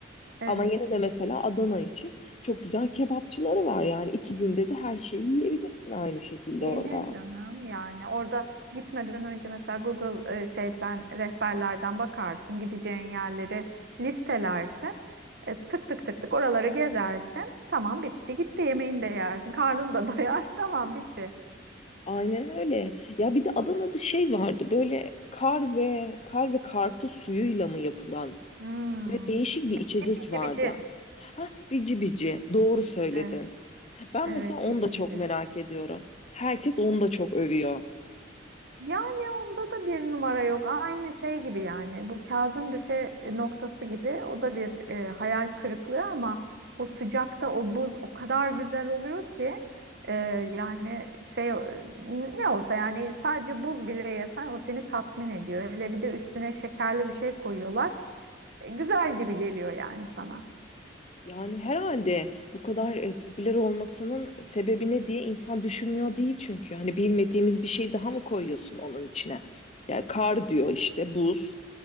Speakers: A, on the right; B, on the left.
A: Evet.
B: Ama yine de mesela Adana için çok güzel kebapçıları var yani iki günde de her şeyi yiyebilirsin aynı şekilde
A: Yenir
B: orada.
A: canım yani orada gitmeden önce mesela Google e, şeyden rehberlerden bakarsın gideceğin yerleri listelersin E, tık tık tık tık oraları gezersin tamam bitti gitti yemeğini de yersin karnını da doyar <laughs> tamam bitti.
B: Aynen öyle. Ya bir de Adana'da şey vardı böyle kar ve kar ve karpuz suyuyla mı yapılan
A: Hmm.
B: değişik bir içecek
A: Bir de bici
B: vardı.
A: bici
B: Ha bici bici doğru söyledin.
A: evet
B: Ben
A: evet
B: mesela onu
A: bici
B: da çok
A: bici.
B: merak ediyorum. Herkes onu da çok övüyor.
A: Yani onda da bir numara yok. Aynı şey gibi yani. Bu Kazım Büfe e, noktası gibi. O da bir e, hayal kırıklığı ama o sıcakta o buz o kadar güzel oluyor ki e, yani şey e, ne olsa yani sadece buz bile yesen o seni tatmin ediyor. Hele bir de üstüne şekerli bir şey koyuyorlar güzel gibi geliyor yani sana.
B: Yani herhalde bu kadar e, popüler olmasının sebebi ne diye insan düşünmüyor değil çünkü. Hani bilmediğimiz bir şey daha mı koyuyorsun onun içine? Yani kar diyor işte buz.